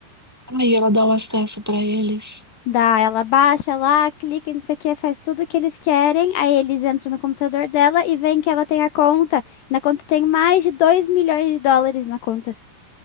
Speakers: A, in the centre; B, on the left.
A: Aí ela dá o acesso pra eles.
B: Dá, ela baixa lá, clica nisso aqui, faz tudo o que eles querem, aí eles entram no computador dela e veem que ela tem a conta. Na conta tem mais de 2 milhões de dólares na conta.